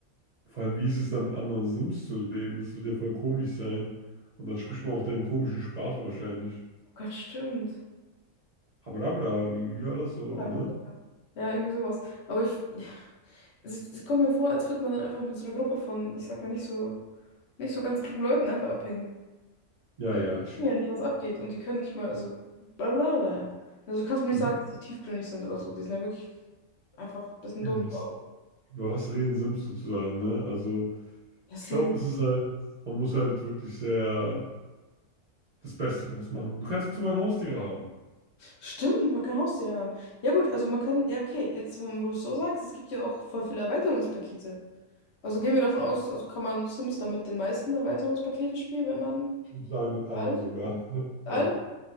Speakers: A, on the right; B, on the left.
A: vor allem, wie ist es dann mit anderen Sims zu leben? Das wird ja voll komisch sein. Und dann spricht man auch deren komischen Sprache wahrscheinlich.
B: Oh Gott, stimmt.
A: Habadabada, wie, wie war das so, oder,
B: Ja,
A: ne?
B: Ja, irgendwie sowas. Aber ich, es, es kommt mir vor, als würde man dann einfach mit so einer Gruppe von, ich sag mal, nicht so, nicht so ganz klugen Leuten einfach abhängen.
A: Ja,
B: Weil
A: ja, ich,
B: die wissen
A: ich,
B: ja nicht, was abgeht und die können nicht mal, also blablabla. Also du kannst mir nicht
A: die-
B: sagen, dass die tiefgründig sind oder so. Die sind ja wirklich einfach ein bisschen
A: ja,
B: dumm,
A: was,
B: glaube ich.
A: über was reden Sims sozusagen, ne? Also,
B: Ja, safe.
A: Ich glaube, es ist halt, man muss halt wirklich sehr das Beste draus machen. Du kannst immer Haustiere haben.
B: Stimmt, man kann Haustiere haben. Ja gut, also man kann, ja okay, jetzt wo wo du es so sagst, es gibt ja auch voll viele Erweiterungspakete. Also gehen wir davon aus, also kann man Sims dann mit den meisten Erweiterungspaketen spielen, wenn man
A: Ich würde sagen, mit
B: mit
A: allen
B: allen,
A: sogar.
B: mit allen,
A: Ja,